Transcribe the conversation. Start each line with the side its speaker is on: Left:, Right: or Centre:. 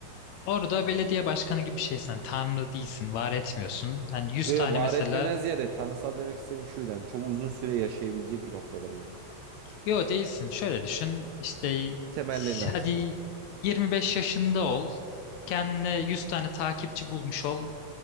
Left: Orada belediye başkanı gibi bir şeysin. Yani tanrı değilsin, var etmiyorsun. Yani 100
Right: Yo yo
Left: tane
Right: var
Left: mesela
Right: etmeden ziyade tanrısal demek istediğim şuydu. Hani çok uzun süre yaşayabilecek bir noktada mıyım?
Left: Yo değilsin. Şöyle düşün. İşte
Right: Temellerini atacağım.
Left: hadi 25 yaşında ol. Kendine 100 tane takipçi bulmuş ol.